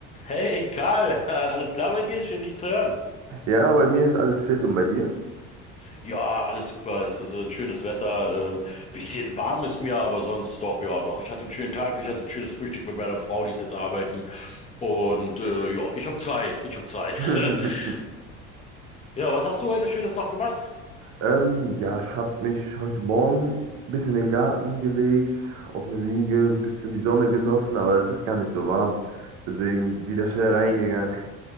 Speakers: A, on the left; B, on the right.
A: Hey Karl, <laughs> alles klar bei dir? Schön dich zu hören.
B: Ja, bei mir ist alles fit und bei dir?
A: Ja, alles super. Es ist ein schönes Wetter. Ähm, bisschen warm ist mir, aber sonst doch, ja, doch. Ich hatte einen schönen Tag. Ich hatte ein schönes Frühstück mit meiner Frau, die ist jetzt arbeiten. Und äh, ja, ich habe Zeit. Ich habe Zeit.
B: <laughs>
A: <laughs> Ja, was hast du heute Schönes noch gemacht?
B: Ähm, ja, ich habe mich heute Morgen ein bisschen in den Garten gelegt, auf eine Liege, ein bisschen die Sonne genossen, aber es ist gar nicht so warm. Deswegen wieder schnell reingegangen.
A: Ja.